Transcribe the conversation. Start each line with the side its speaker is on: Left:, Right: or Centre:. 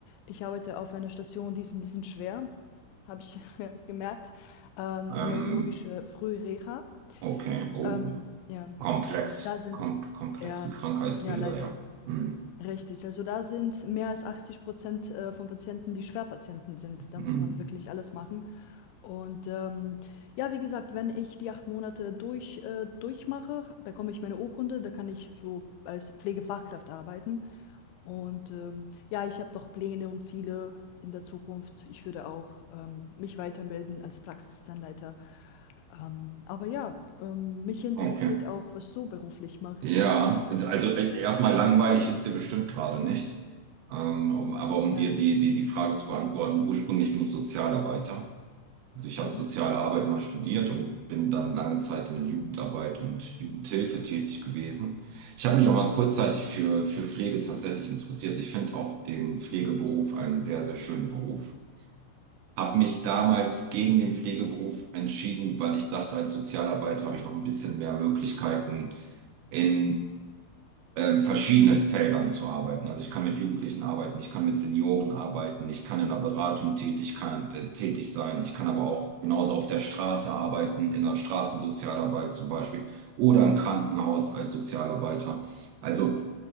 Left: ich arbeite auf einer Station, die ist ein bisschen schwer, habe ich <laughs> gemerkt. Ähm,
Right: Ähm,
Left: neurologische Frühreha.
Right: okay. Oh,
Left: Ähm,
Right: ja.
Left: ja,
Right: Komplex.
Left: da sind,
Right: Kom komplexe
Left: ja,
Right: Krankheitsbilder,
Left: ja, leider,
Right: ja.
Left: ja.
Right: Mhm.
Left: Richtig, also da sind mehr als 80 äh, von Patienten, die Schwerpatienten sind.
Right: Mhm.
Left: Da muss man wirklich alles machen. Und ähm, ja, wie gesagt, wenn ich die acht Monate durch, äh, durchmache, bekomme ich meine Urkunde, da kann ich so als Pflegefachkraft arbeiten. Und ähm, ja, ich habe noch Pläne und Ziele in der Zukunft. Ich würde auch ähm, mich weiterbilden als Praxisanleiter. Ähm, aber ja, ähm, mich interessiert
Right: Okay.
Left: auch, was du beruflich machst.
Right: Ja, also äh, erstmal langweilig ist dir bestimmt gerade nicht. Ähm, um, aber um
Left: Nein.
Right: dir die, die, die Frage zu beantworten, ursprünglich bin ich Sozialarbeiter. Also ich
Left: Mhm.
Right: habe soziale Arbeit mal studiert und bin dann lange Zeit in der Jugendarbeit und Jugendhilfe tätig gewesen. Ich habe mich auch mal kurzzeitig für, für Pflege tatsächlich interessiert. Ich finde auch den Pflegeberuf einen sehr, sehr schönen Beruf. Habe mich damals gegen den Pflegeberuf entschieden, weil ich dachte, als Sozialarbeiter habe ich noch ein bisschen mehr Möglichkeiten, in äh, in verschiedenen Feldern zu arbeiten. Also ich kann mit Jugendlichen arbeiten, ich kann mit Senioren arbeiten, ich kann in der Beratung tätig, kann, äh, tätig sein, ich kann aber auch genauso auf der Straße arbeiten, in der Straßensozialarbeit zum Beispiel oder im Krankenhaus als Sozialarbeiter. Also